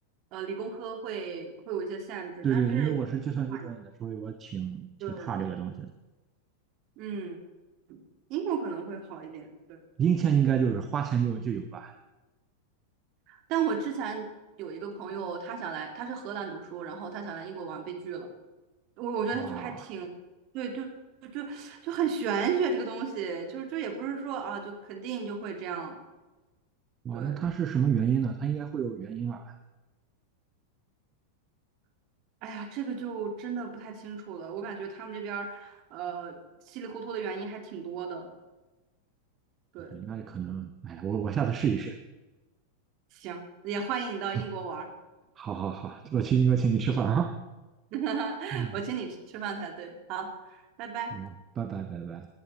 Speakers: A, on the right (about 40°); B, on the right (about 25°).
A: 呃，理工科会会有一些限制，
B: 对对，
A: 但是英国的话
B: 因为我是计算机专业的，所以我挺挺怕这个东西的。
A: 对，嗯，英国可能会好一点。对，
B: 零钱应该就是花钱就就有吧？
A: 但我之前有一个朋友，他想来，他是荷兰读书，然后他想来英国玩，被拒了。我我觉得就还挺，
B: 哇
A: 对对就就就很玄学这个东西，就是就也不是说啊，就肯定就会这样。
B: 哇，
A: 对，
B: 那它是什么原因呢？它应该会有原因吧？
A: 哎呀，这个就真的不太清楚了。我感觉他们这边儿，呃，稀里糊涂的原因还挺多的。对，
B: 对，那可能，哎呀我我下次试一试。
A: 行，也欢迎你到英国玩儿，
B: <laughs> 好好好，我请我请你吃饭啊。
A: <laughs>
B: 嗯，
A: 我请你吃吃饭才对。好，拜拜。
B: 好，拜拜拜拜。